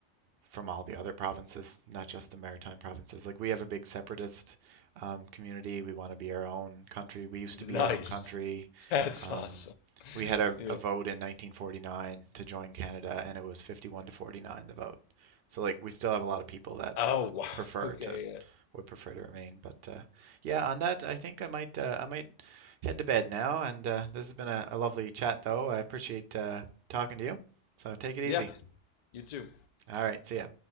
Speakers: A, on the right (about 60°); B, on the left (about 80°).
A: from all the other provinces, not just the maritime provinces. Like we have a big separatist um, community. We want to be our own country. We used
B: <laughs> nice.
A: to be our own country.
B: That's
A: Um,
B: awesome.
A: we had a,
B: Yeah.
A: a vote in 1949 to join Canada, and it was 51 to 49 the vote. So like we still have a lot of people that
B: Oh, wow.
A: prefer
B: Okay.
A: to
B: Yeah.
A: would prefer to remain. But uh, yeah, on that, I think I might uh, I might head to bed now. And uh, this has been a, a lovely chat, though. I appreciate uh, talking to you. So take it
B: Yeah.
A: easy.
B: You too.
A: All right, see ya.